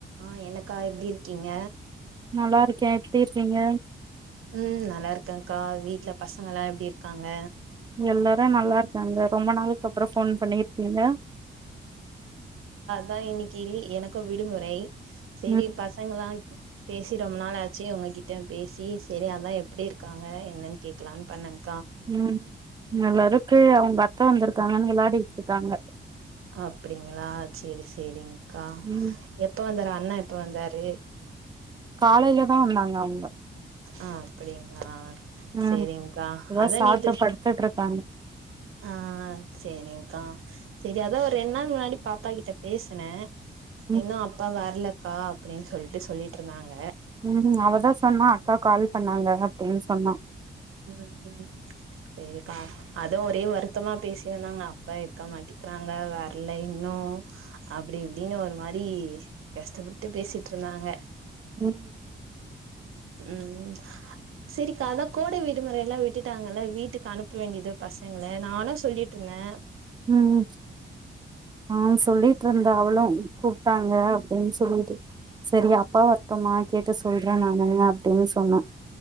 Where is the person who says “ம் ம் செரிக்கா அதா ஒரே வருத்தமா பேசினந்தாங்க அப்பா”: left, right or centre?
Right